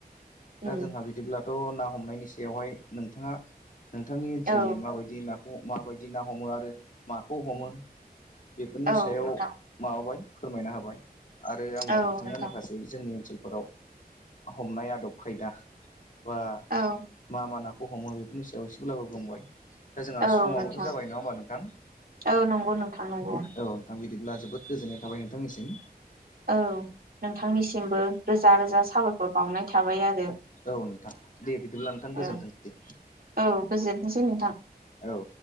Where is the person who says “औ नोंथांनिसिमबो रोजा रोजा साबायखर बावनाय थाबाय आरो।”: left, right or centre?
Right